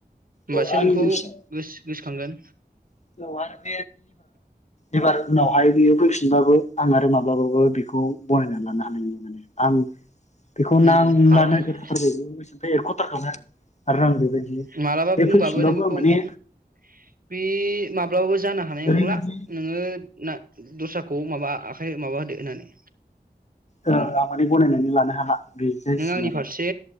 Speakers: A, on the right; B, on the left.
A: होमबासो
B: औ आंनि
A: नोंखौ
B: मोनसे
A: गोसो गोसोखांगोन
B: <unintelligible> एबार उनावहाय बियो फैफिनबाबो आं आरो माब्लाबाबो बेखौ गनायनानै लानो हानाय नंला आं बेखौ
A: उम
B: नांला
A: हाला
B: <unintelligible>
A: हाला
B: गोसोनिफ्राय एरख'थारखाबाय आरो आरो आं बेबायदि बे
A: मालाबा बुंबाबो
B: फैफिनबाबो
A: नों बेखौ
B: आं माने
A: ओहो बे माब्लाबाबो जानो हानाय
B: ओरैबायदि
A: नंला नोङो ना दस्राखौ माबा आखाइ माबा होदो होननानै
B: ओ
A: बुं
B: आं माने गनायनानै लानो हाला। बे जासिगोन
A: नों आंनि फारसे